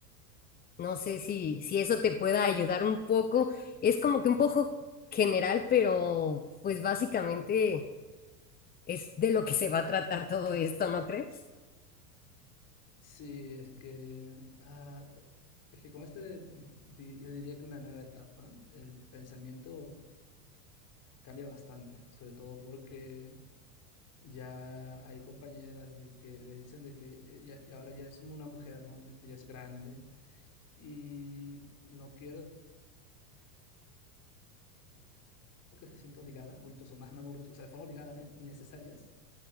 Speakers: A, on the left; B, on the left.
A: No sé si, si eso te pueda ayudar un poco. Es como que un poco general, pero pues básicamente es de lo que se va a tratar todo esto, ¿no crees?
B: Sí, es que, ah, es que con este, mm, di- yo diría que una nueva etapa, el pensamiento cambia bastante, sobre todo porque ya hay compañeras de que le dicen de que eh, ya, y ahora ya es una mujer, ¿no? Ya que ya es grande y no quiero que se sienta obligada, adultos o más maduros, o sea, de forma obligada, ¿no? In- Innecesarias